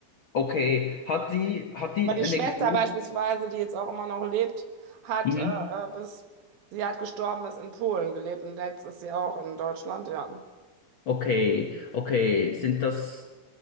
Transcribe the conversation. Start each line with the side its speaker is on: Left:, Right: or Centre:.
Left: okay, hat die, hat die
Right: Aber
Left: eine
Right: die Schwester
Left: Geburt?
Right: beispielsweise, die jetzt auch immer noch lebt, hat
Left: Mhm.
Right: äh, äh, bis sie hat gestorben ist in Polen gelebt und jetzt ist sie auch in Deutschland, ja.
Left: Okay, okay, sind das,